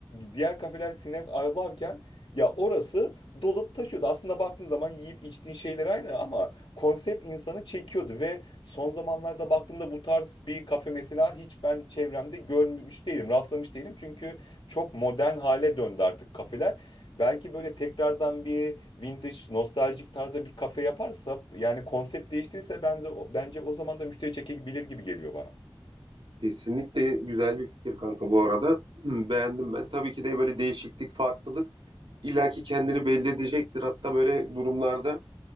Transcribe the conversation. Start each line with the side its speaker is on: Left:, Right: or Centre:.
Left: diğer kafeler sinema varken ya orası dolup taşıyordu. Aslında baktığın zaman yiyip içtiğin şeyler aynı ama konsept insanı çekiyordu ve Son zamanlarda baktığımda bu tarz bir kafe mesela hiç ben çevremde görmüş değilim, rastlamış değilim. Çünkü çok modern hale döndü artık kafeler. Belki böyle tekrardan bir vintage, nostaljik tarzda bir kafe yaparsa, yani konsept değiştirirse bence, bence o zaman da müşteri çekebilir gibi geliyor bana.
Right: Kesinlikle güzel bir fikir kanka bu arada. Hmm, Beğendim ben. Tabii ki de böyle değişiklik, farklılık illaki kendini belli edecektir. Hatta böyle durumlarda